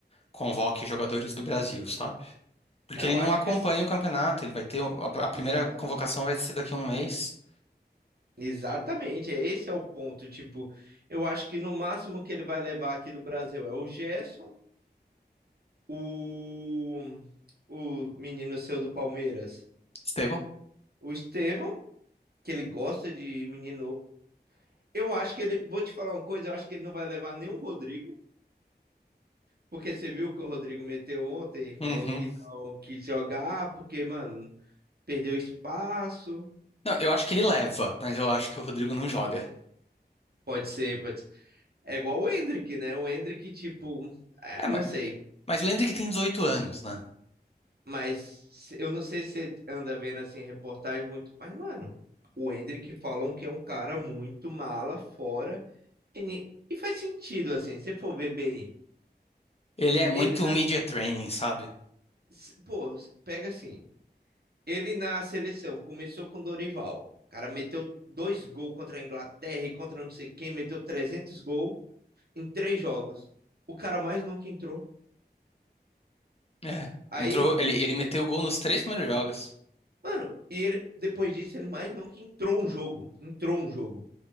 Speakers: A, on the left (about 35°); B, on the right (about 65°).
A: convoque jogadores do Brasil, sabe? Porque
B: Eu
A: ele não
B: acho
A: acompanha
B: que assim,
A: o campeonato, ele vai ter. A a primeira
B: exatamente
A: convocação vai ser daqui a um mês.
B: Exatamente, é esse é o ponto. Tipo, eu acho que no máximo que ele vai levar aqui do Brasil é o Gerson, o, o menino seu do Palmeiras,
A: Estevão?
B: o Estevão, que ele gosta de menino. Eu acho que ele, vou te falar uma coisa, eu acho que ele não vai levar nem o Rodrigo, porque você viu que o Rodrigo meteu ontem e falou
A: Uhum.
B: que não quis jogar, porque, mano, perdeu espaço.
A: Não, eu acho que ele leva, mas eu acho que o Rodrigo não joga.
B: Pode ser, pode ser. É igual o Endrick, né? O Endrick, tipo, é,
A: É,
B: não
A: mas,
B: sei.
A: mas lembre que tem 18 anos, né?
B: Mas se- eu não sei se você anda vendo assim reportagem muito, mas mano, o Endrick falam que é um cara muito mala fora e, ni- e faz sentido assim, se você for ver bem.
A: Ele é muito
B: Ele nas
A: media training, sabe?
B: se- pô, pega assim, ele na seleção começou com Dorival. O cara meteu dois gols contra a Inglaterra e contra não sei quem, meteu 300 gols em três jogos. O cara mais nunca entrou.
A: É.
B: Aí,
A: Entrou, ele, ele meteu gol nos três primeiros jogos.
B: mano, e ele depois disso ele mais nunca entrou um jogo, entrou um jogo.